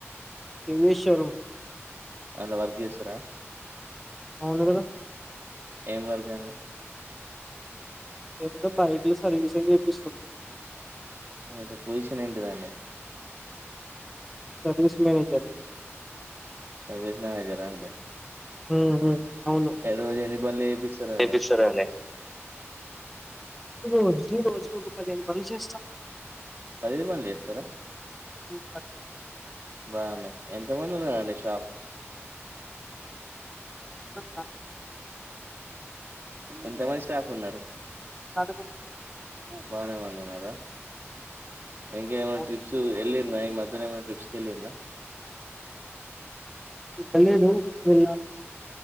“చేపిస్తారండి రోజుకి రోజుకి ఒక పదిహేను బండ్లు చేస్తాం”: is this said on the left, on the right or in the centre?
Centre